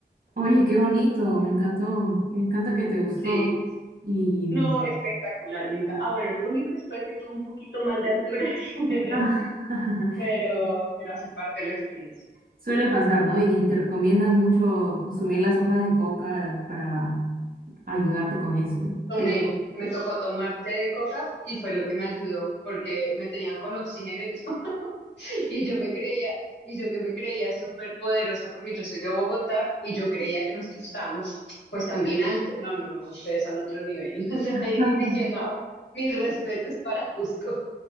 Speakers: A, on the right; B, on the left.
A: Oye, qué bonito, me encantó, me encanta que te gustó.
B: Sí.
A: Y
B: No, espectacular, me encanta. Ah, bueno, lo único es fue que tuvo un poquito mal de altura, <laughs>
A: Ah, <laughs>
B: pero,
A: sí,
B: pero hace parte de la experiencia.
A: Suele pasar, ¿no? Y te recomiendan mucho consumir las hojas de coca para ayudarte con eso.
B: Tomé,
A: Pero
B: me tocó tomar té de coca y fue lo que me ayudó, porque me tenían con oxígeno y, <laughs> y yo me creía, y yo que me creía súper poderosa porque yo soy de Bogotá y yo creía que nosotros estábamos pues también alto. No, no, no, ustedes son otro nivel. <laughs> O sea,
A: <laughs>
B: y dije, no, mis respetos para Cusco.